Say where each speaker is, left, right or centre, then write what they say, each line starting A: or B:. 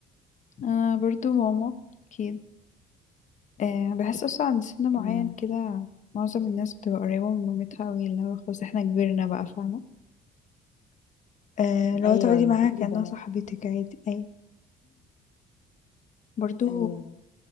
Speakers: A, on the left (about 45°); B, on the left (about 85°).
A: انا برضو ماما اكيد أه بحس اصلا عند سن معين
B: مم.
A: كده معظم الناس بتبقى قريبة من مامتها قوي اللي هو خلاص احنا كبرنا بقى فاهمة أه لو
B: ايوه
A: تقعدي
B: بالذات
A: معاها كأنها
B: البنات
A: صاحبتك عادي أي برضو
B: ايوه